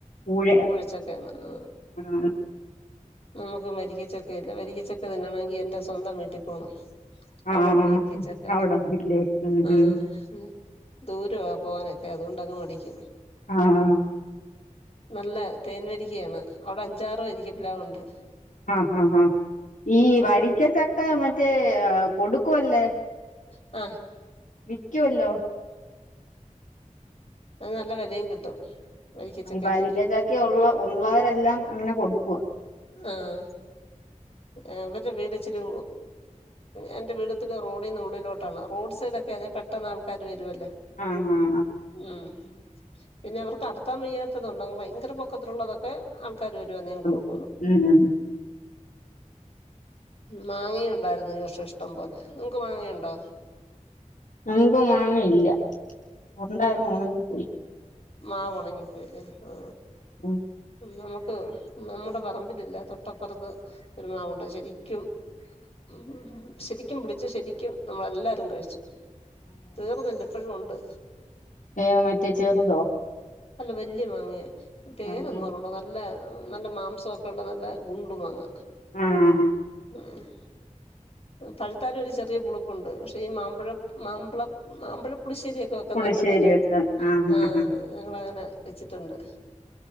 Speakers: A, on the left; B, on the left.
A: പൂഴയാ
B: കൂഴച്ചക്കയാണ് ആ..
A: ആഹ്
B: നമുക്കും വരിക്ക ചക്ക ഇല്ല വരിക്കചക്ക തിന്നണങ്കി എന്റെ സ്വന്തം വീട്ടിൽ പോണം..
A: ആഹ്
B: അവിടൊണ്ട്
A: ആഹ്
B: വരിക്കച്ചക്ക
A: അവിടൊന്നില്ലേ ഉം
B: ആ
A: ഉം
B: ഉം... ദൂരവ പോവാനൊക്കെ അതുകൊണ്ടങ്ങ് മടിക്കും...
A: ആഹ
B: നല്ല തേൻവരിക്കയാണ് അവിടെ അഞ്ചാറ് വരിക്ക പിലാവുണ്ട്...
A: ആഹ് ആഹ് ആ ഈ വരിക്ക
B: ഓരോ
A: ചക്ക മറ്റേ കൊടുക്കുവല്ലേ
B: അ
A: വിക്കു വല്ലോ..
B: അ നല്ല വിലയും കിട്ടും... വരിക്കച്ചക്കയ്ക്ക്
A: വരിക്ക ചക്ക ഉള്ള ഉള്ളവരെല്ലാം അങ്ങനെ കൊടുക്കുവ...
B: ആഹ് ആ <unintelligible> ച്ചിരി എൻ്റെ വീടത്തിരി റോഡീ ന്നുള്ളിലോട്ടാണ് റോഡ് സൈഡ് ഒക്കെ ആണെൻക്കിൽ പെട്ടെന്ന് ആൾക്കാര് വരുമല്ലേ..
A: ആഹ് ആഹ്
B: ഉം പിന്നെ അവർക്ക് അടത്താൻ വയ്യാത്തതുണ്ട് ഭയങ്കര പൊക്കത്തിലുള്ളതൊക്കെ... ആൾക്കാര് വരും കൊടുക്കും..
A: ഉം ഉം
B: മാങ്ങയുണ്ടായിരുന്നു ഈ വർഷം ഇഷ്ടം പോലെ നിങ്ങക്ക് മാങ്ങ യുണ്ടോ...
A: ഞങ്ങക്ക് മാങ്ങ ഇല്ല ഉണ്ടായിരുന്നു
B: ആഹ്
A: ഉണങ്ങി പോയി..
B: മാവ് ഉണങ്ങിപ്പോയിലെ ആ
A: ഉം
B: നമുക്ക്.. ഉം നമ്മുടെ പറമ്പിലില്ല തൊട്ടപ്പുറത്ത് ഒരുമാവ്ണ്ട് ശരിക്കും.. ഉം ഉ ശരിക്കും പിടിച്ചു ശരിക്കും നമ്മളെല്ലാരും കഴിച്ചു.. തീർന്നില്ല ഇപ്പഴും ഉണ്ട്..
A: ഏ മറ്റേ ചെറുതോ..
B: അല്ല വല്യ മാങ്ങയാ പേരൊന്നും
A: ആഹ്
B: ഓർമ്മ നല്ല... നല്ല മാംസമൊക്കെ ഉള്ള നല്ല ഗുണ്ടും മാങ്ങ...
A: ആഹ ആ...
B: ആഹ.. പഴുത്താലും ഒരു ചെറിയ പുളുപ്പുണ്ട് പക്ഷെ ഈ മാമ്പഴ മാമ്പ മാമ്പഴ പുളിശ്ശേരിയൊക്കെ വെക്കാൻ
A: പുളിശ്ശേരി
B: നല്ലതാ
A: വെക്കാൻ ആഹ്
B: ആ
A: ആഹ് ആഹ്
B: ഞങ്ങളങ്ങനെ വെച്ചിട്ടുണ്ട്